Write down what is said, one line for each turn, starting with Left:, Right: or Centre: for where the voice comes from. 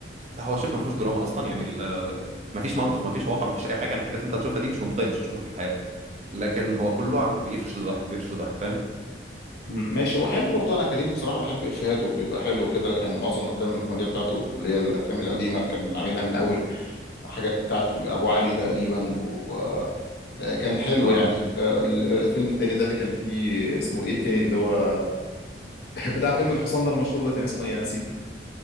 Right: لا هو شبه ما فيهوش دراما اصلا يعني ال- ما فيش منطق ما فيش واقع ما فيش اي حاجه يعني الحاجات اللي انت هتشوفها دي مش منطقيه مش هتشوفها في الحياه لكن هو كله عم- بيفرش لضحك بيفرش لضحك فاهم
Left: مم، ماشي هو حلو برضو انا كريم بصراحة بحب افيهاته بيبقى حلو كده يعني معظم الافلام الكوميدية بتاعته اللي هي الافلام القديمة اللي كان عاملها من اول حاجات بتاعت ابو علي تقريبا وكان حلو
Right: اه
Left: يعني آه، ال- آه، الفيلم التاني ده اللي كان فيه اسمه ايه التاني اللي هو <laughs> بتاع فيلم الحصان ده المشهور ده كان اسمه ايه انا نسيته